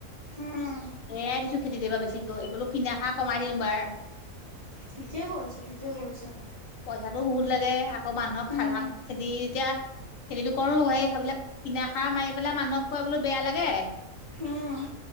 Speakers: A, on the right (about 25°); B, on the left (about 70°).
A: উম,
B: হেয়াই দিছো খেতি দিবা বেছিকৈ এইবোলো কিনা সাৰ কমাই দিম এবাৰ। <inaudible>
A: ঠিকেই কৰিছে ঠিকে কৰিছে
B: পইচাটো বহুত লাগে আকৌ মানুহক
A: উম,
B: সাধাৰান খেতি এতিয়া খেতিটো কৰো সেই সেইবিলাক কিনা সাৰ মাৰি পেলাই মানুহক খুৱাবলৈ বেয়া লাগে।
A: উম,